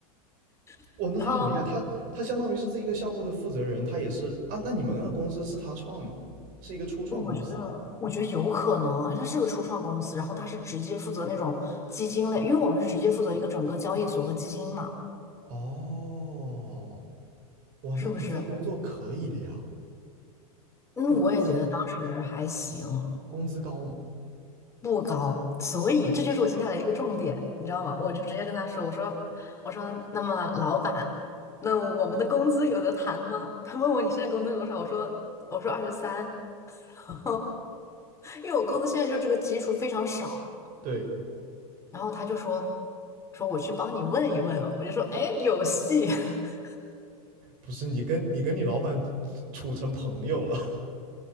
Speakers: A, on the left (about 15°); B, on the right (about 50°).
A: <laughs>
B: 哇，那他很厉害，
A: 然后
B: 他他相当于是这一个项目的负责人，他也是啊，那你们那个公司是他创的吗？是一个初创公司。
A: 我觉得，我觉得有可能，他是个初创公司，然后他是直接负责那种基金类，因为我们是直接负责一个整个交易所和基金嘛，
B: 哦，哇，
A: 是不是？
B: 那你这工作可以的呀，
A: 嗯，
B: 那工资
A: 我也觉得当时还行，
B: 工资高嘛？
A: 不高，所以这就是我接下来一个重点，你知道吗？我就直接跟他说，我说，我说，那么老板，那我们的工资有的谈吗？他问我你现在工资多少，我说，我说二十三，<laughs> 因为我工资现在就这个基数非常少，
B: 对，
A: 然后他就说说我去帮你问一问，我就说哎有戏，<laughs>
B: 不是你跟你跟你老板处成朋友了？